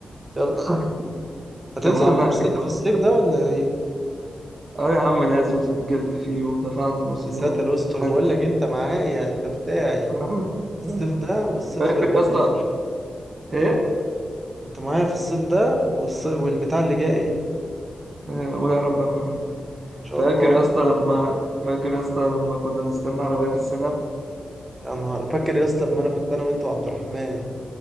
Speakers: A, on the right (about 25°); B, on the right (about 50°).
A: يلا هتنزل
B: كان معانا
A: الكورس
B: كان
A: اللي
B: معانا-
A: في الصيف ده ولا ايه
B: اه يا عم ناس وسجلت فيه ودفعت نص
A: يا
B: المبلغ
A: ساتر استر
B: حاج-
A: بقول لك انت معايا انت بتاعي
B: آه،
A: الصيف
B: آه.
A: ده والصيف
B: فاكر
A: و...
B: يا اسطى ايه
A: انت معايا في الصيف ده والص... والبتاع اللي جاي ان
B: آه، قول يا رب يا محمد
A: شاء
B: فاكر
A: الله
B: يا اسطى لما فاكر يا اسطى لما كنا بنستنى عربيات السلام
A: يا نهار فاكر يا اسطى لما انا كنت انا وانت وعبد الرحمن